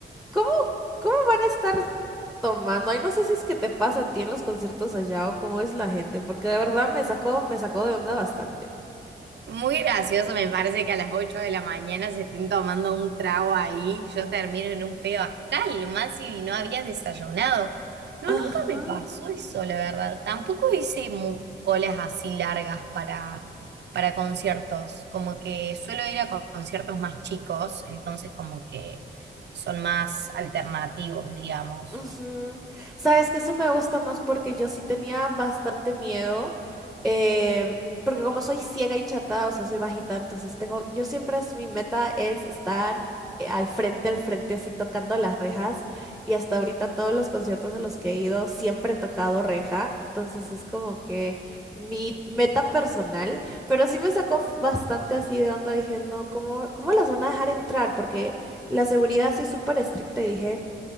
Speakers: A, in the centre; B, on the right.
A: ¿cómo, cómo van a estar tomando? Ay, no sé si es que te pasa a ti en los conciertos allá o cómo es la gente, porque de verdad me sacó, me sacó de onda bastante.
B: Muy gracioso, me parece que a las 8 de la mañana se estén tomando un trago ahí, yo termino en un pedo astral, más si no habías desayunado. No,
A: Ajá.
B: nunca me pasó eso, la verdad. Tampoco hice mu- colas así largas para, para conciertos, como que suelo ir a con- conciertos más chicos, entonces como que son más alternativos, digamos.
A: Ujú. Sabes que eso me gusta más porque yo sí tenía bastante miedo, em, porque como soy ciega y chata, o sea, soy bajita, entonces tengo, yo siempre así mi meta es estar eh, al frente, al frente, así tocando las rejas, y hasta ahorita todos los conciertos a los que he ido siempre he tocado reja, entonces es como que mi meta personal, pero sí me sacó f- bastante así de onda, dije, no, ¿cómo, cómo las van a dejar entrar? Porque la seguridad sí es súper estricta y dije...